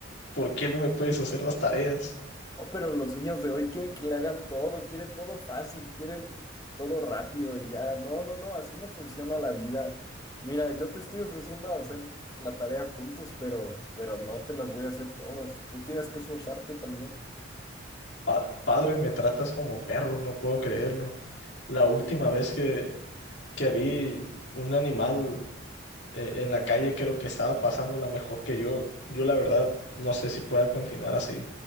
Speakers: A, on the left (about 60°); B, on the left (about 20°).
A: ¿Por qué no me puedes hacer las tareas?
B: Oh, pero los niños de hoy quieren que le hagan todo, quieren todo fácil, quieren todo rápido y ya. No, no, no, así no funciona la vida. Mira, yo te estoy ofreciendo hacer la tarea juntos, pero, pero no te las voy a hacer todas. Tú tienes que esforzarte también.
A: Pa- padre, me tratas como perro, no puedo creerlo. La última vez que, que vi un animal eh, en la calle, creo que estaba pasándola mejor que yo. Yo la verdad no sé si pueda continuar así.